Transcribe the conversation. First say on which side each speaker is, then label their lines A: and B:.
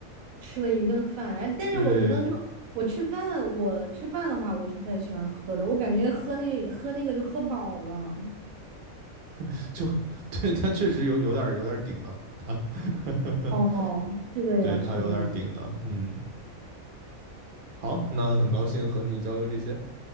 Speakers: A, on the right; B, on the right.
A: 吃了一顿饭，哎，但是我觉得就我吃饭，
B: 对，
A: 我吃饭的话，我是不太喜欢喝的，我感觉喝那喝那个就喝饱了。
B: <laughs> 就对，它确实有有点有点儿顶了，它
A: 哦，
B: <laughs>
A: 是的呀，
B: 对它有点顶的。
A: 是的呀，
B: 嗯，好，那很高兴和你交流这些，